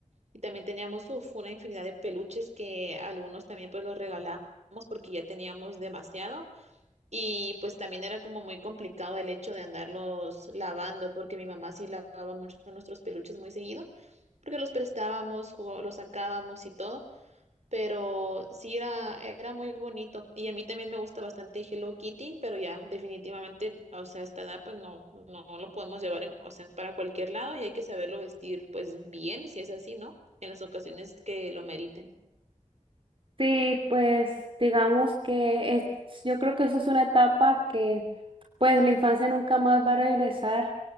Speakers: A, on the right; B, on the right.
A: y también teníamos uf, una infinidad de peluches que algunos también pues los regalamos porque ya teníamos demasiado y pues también era como muy complicado el hecho de andarlos lavando, porque mi mamá sí lavaba mucho nuestros peluches muy seguido, porque los prestábamos, jugó- los sacábamos y todo, pero sí era, era muy bonito. Y a mí también me gusta bastante Hello Kitty, pero ya, definitivamente, o sea, a esta edad pues no, no lo podemos llevar en- o sea, para cualquier lado y hay que saberlo vestir pues bien, si es así, ¿no? En las ocasiones que lo meriten.
B: Sí, pues digamos que es, yo creo que eso es una etapa que pues la infancia nunca más va a regresar.